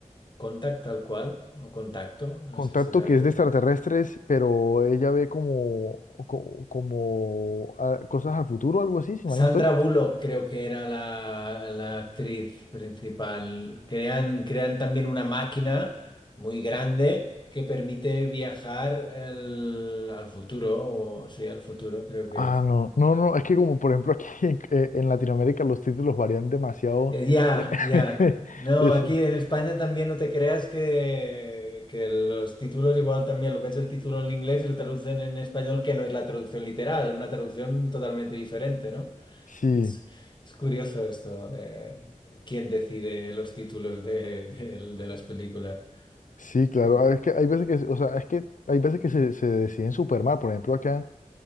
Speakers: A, on the left; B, on the left.
A: Contact tal cual, o contacto. No
B: Contacto
A: sé si la...
B: que es
A: tra-
B: de extraterrestres, pero ella ve como, co- como, ah, cosas al futuro, algo así, si mal
A: Sandra
B: no estoy.
A: Bullock creo que era la, la actriz principal. Crean, crean también una máquina muy grande que permite viajar el- al futuro, o sí, al futuro creo que
B: Ah,
A: es.
B: no, no, no, es que como por ejemplo aquí <laughs> en, eh, en Latinoamérica los títulos varían demasiado.
A: Eh, ya,
B: en-
A: ya.
B: <laughs>
A: No,
B: Eso,
A: aquí en España también no te creas que, que los títulos igual también, lo ves el título en inglés y lo traducen en español que no es la traducción literal, es una traducción totalmente diferente, ¿no?
B: sí.
A: Es, es curioso esto de quién decide los títulos de, de- de las películas.
B: Sí, claro,
A: Mm,
B: ah, es que hay veces que, o sea, es que hay veces que se, se deciden super mal. Por ejemplo, acá,